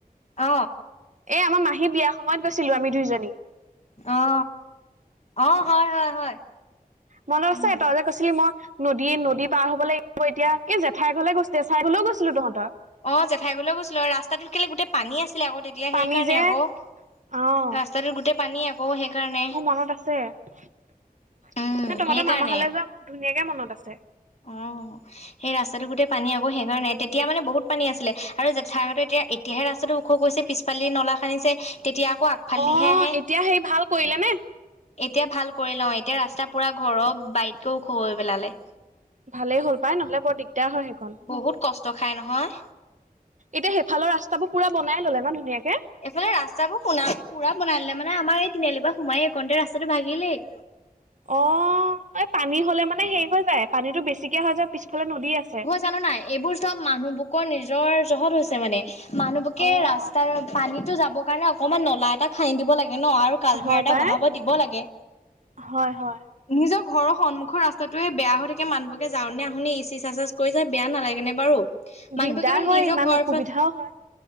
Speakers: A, on the left; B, on the right.
A: অ
B: এ আমাৰ মাহী বিয়াৰ সময়ত গৈছিলোঁ আমি দুইজনী
A: অ অ হয় হয় হয়
B: মনত আছে
A: উম।
B: ত ই যে কৈছিলি মই নদী নদী পাৰ হব লাগিব এতিয়া এই জেঠাই ঘলে গৈছিলো জেঠাই ঘলেও গৈছিলো তহঁতৰ
A: অ জেঠাই ঘৰলে গৈছিলো আৰু ৰাস্তাটোত কেলে গোটেই পানী আছিলে আকৌ তেতিয়া
B: পানী
A: সেইকাৰণে
B: যে
A: আকৌ
B: অ',
A: ৰা তাৰ গোটেই পানী আছে অ সেইকাৰণে
B: মোৰ মনত আছে ন
A: উম,
B: তহঁতৰ
A: সেইকাৰণে।
B: মামা হলে যোৱা মোক ধুনীয়াকে মনত আছে
A: অ সেই ৰাস্তাটো গোটেই পানী আকৌ সেইকাৰণে তেতিয়া মানে বহুত পানী আছিলে আৰু জেঠাহঁতে এতিয়া এতিয়াহে ৰাস্তাটো ওখ গৈছে পিছ ফালদি নলা খান্দিছে তেতিয়া আকৌ আগফালিহে
B: অ
A: আহে।
B: এতিয়া হেই ভাল কৰিলে নে
A: এতিয়া ভাল কৰি লওঁ এতিয়া ৰাস্তা পুৰা ঘৰৰ বাইতকেও ওখ হৈ পেলালে।
B: ভালেই হ'ল পাই নহ'লে বৰ দিগদাৰ হয় সেইখন।
A: বহুত কষ্ট খাই নহয়।
B: এতিয়া সে ইফালৰ ৰাস্তাবোৰ পুৰা বনাই ললে ন ধুনীয়াকে।
A: এইফালে ৰাস্তাবোৰ শুনা চু পুৰা বনাই ললে মানে আমাৰ এই তিনিআলিৰ পৰা সোমাইয়ে গোটে ৰাস্তাটো ভাঙিলেই।
B: অ অ অ অ, এই পানী হলে মানে হেৰি হৈ যায় পানীটো বেছিকে হৈ যায় পিছফালে নদী আছে।
A: জানো নাই এইবোৰ চব মানুহ বুকৰ নিজৰ জহত হৈছে মানে হে এ। মানুহ বোকে
B: অ',
A: ৰাস্তাৰ পানীতো যাবৰ কাৰণে অকমান নলা এটা খান্দি দিব লাগে ন আৰু কালভাৰ
B: হয়
A: এটা
B: পাই
A: বহাব দিব লাগে।
B: হয় হয়।
A: নিজৰ ঘৰৰ সন্মুখৰ ৰাস্তাটোয়ে বেয়া হৈ থাকে মানুহ এ যাওঁনে শুনি ই চি চাচাজ কৰি যে বেয়া নালাগে নে বাৰু। এয়া
B: দিগদাৰ
A: মানুহবোৰকে মানে
B: হয়
A: নিজৰ
B: ইমান
A: ঘৰৰ
B: অসুবিধাও
A: পৰা
B: হয়।